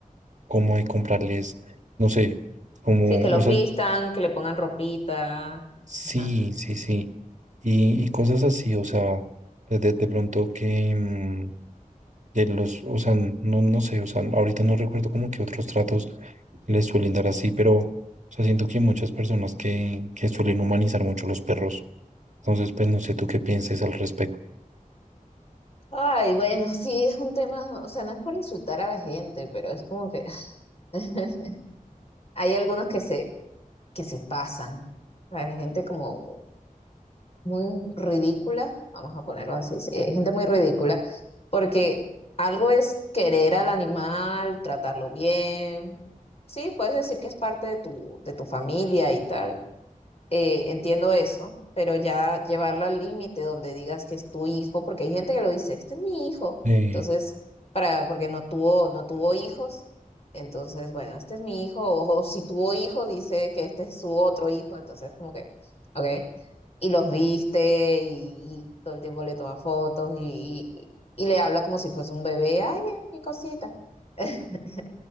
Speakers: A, on the right (about 55°); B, on the left (about 45°).
A: como de comprarles, no sé, como,
B: Sí, que los
A: o sea,
B: vistan, que le pongan ropita.
A: sí,
B: Ajá.
A: sí, sí, y, y cosas así, o sea, de, de pronto que mm, de los, o sea, no, no sé, o sea, ahorita no recuerdo como que otros tratos les suelen dar así, pero, o sea, siento que hay muchas personas que, que suelen humanizar mucho los perros, entonces, pues, no sé tú qué pienses al respecto.
B: Ay, bueno, sí, es un tema, o sea, no es por insultar a la gente, pero es como que <laughs> hay algunos que se, que se pasan. Hay gente como muy ridícula, vamos a ponerlo así, sí, hay gente muy ridícula, porque algo es querer al animal, tratarlo bien. Sí, puedes decir que es parte de tu, de tu familia y tal. eh, entiendo eso, pero ya llevarlo al límite donde digas que es tu hijo, porque hay gente que lo dice, este es mi hijo.
A: Eh,
B: Entonces, para, porque no tuvo, no tuvo hijos, entonces, bueno, este es mi hijo, o, o si tuvo hijos, dice que este es su otro hijo, entonces como que, ok. Y los viste y, y todo el tiempo le toma fotos y, y, y le habla como si fuese un bebé, ay, mira mi cosita. <laughs>